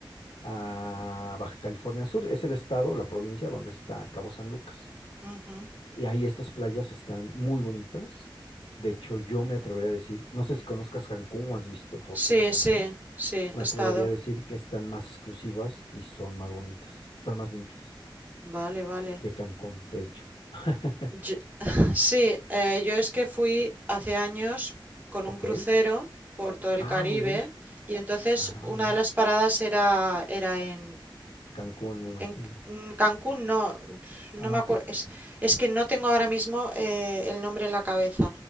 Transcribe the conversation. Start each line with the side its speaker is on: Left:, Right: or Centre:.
Left: a Baja California Sur. Es el estado, la provincia donde está Cabo San Lucas.
Right: Ujú.
Left: Y ahí estas playas están muy bonitas. De hecho, yo me atrevería a decir, no sé si conozcas Cancún o has visto fotos
Right: Sí,
Left: de Cancún,
Right: sí, sí, he
Left: me
Right: estado.
Left: atrevería a decir que están más exclusivas y son más bonitas, están más limpias
Right: Vale, vale.
Left: que Cancún, de hecho. <laughs>
Right: Yo- <laughs> sí, eh, yo es que fui hace años con
Left: Ok.
Right: un crucero por todo el
Left: Ah,
Right: Caribe
Left: muy bien.
Right: y entonces
Left: Ah,
Right: una
Left: muy bien.
Right: de las paradas era, era en
Left: Cancún, me imagino.
Right: En mm, Cancún no,
Left: Ah,
Right: no me
Left: ok.
Right: acuerdo, es, es que no tengo ahora mismo eh, el nombre en la cabeza.